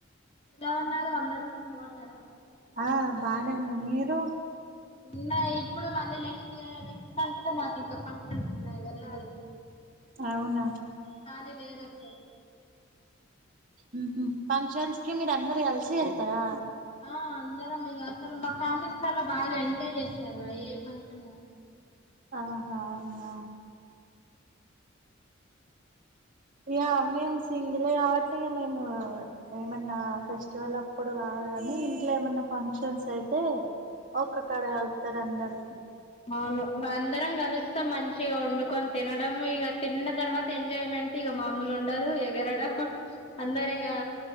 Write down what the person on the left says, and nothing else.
ఎలా ఉన్నారూ అందరు బావున్నారా
ఉన్నా ఇప్పుడు మళ్ళీ నెక్స్ట్ ఇయ నెక్స్ట్ మంత్ లో నాకు ఇంకా ఫంక్షన్స్ ఉన్నాయి వెళ్ళాలి
ఖాళీ లేదు అసలు
ఆ అందరం ఇగ అక్కడ మా ఫ్యామిలీస్ చాలా బాగా ఎంజాయ్ చేస్తార్రా ఏ ఫంక్షన్
అవును మా అందరం కలుస్తాం మంచిగ వండుకొన్ తినడం ఇగ తిన్న తర్వాత ఎంజాయ్మెం మెంటిగ మాముల్ ఉండదు ఎగరడం అందరిగా